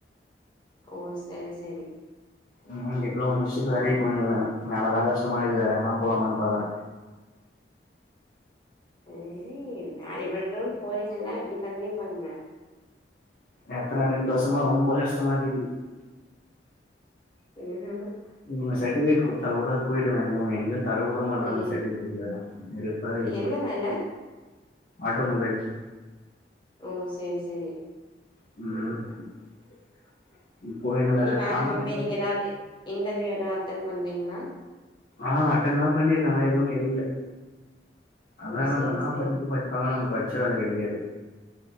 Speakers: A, on the left; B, on the left.
A: ஓ சரி சரி
B: ம் டிப்ளமோ முடிஷ்ட்டு இப்ப வேலைக்கு போயினுக்குற வேலதா கஷ்டமா இக்குது வேற எங்கனா போலாமான் பாக்கற
A: ஹேய் வேலைக்குதா போறீங்கல்ல அப்டியே கண்டினியூ பண்ணுங்க
B: எத்தன ரெண்டு வர்சமா ரொம்ப கஷ்டமா இருக்கிது
A: ஹுஹூ ஹும்
B: ம் சர்டிஃபிகேட் குத்தா கூட போயிடுவ இவு எங்கயு தரவு தரவுமாற்றானுங்க
A: ம்
B: சர்டிஃபிகேட் கூட வெறுப்பாருக்குது
A: என்ன வேல
B: ஆட்டோமொபைல்ஸ்
A: ஓ சேரி சேரி
B: ம் இப்போ எங்கள
A: இனி வேற
B: கான்ட்ராக்ட்
A: கம்பெனிக்கு எதாவது இன்டர்வியூ எதா அட்டன் பண்றீங்களா
B: ஆஹா அட்டன்லா பண்ணிருக்க ஆனா எதுவு கெடைக்ல அதா
A: ஓ
B: என்னப்னா
A: சரி சரி
B: படிப் படி சாலு பச்ச வேல கெடைக்காது